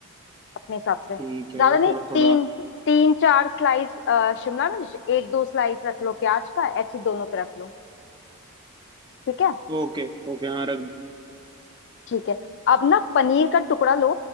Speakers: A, on the left (about 55°); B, on the right (about 20°).
A: अपने हिसाब से
B: ठीक है
A: ज्यादा नहीं
B: थोड़ा थोड़ा
A: तीन तीन चार स्लाइस शिमला मिर्च एक दो स्लाइस रख लो प्याज का ऐसे दोनों पे रख लो ठीक है
B: ओके ओके हाँ रख
A: ठीक है अब ना पनीर का टुकड़ा लो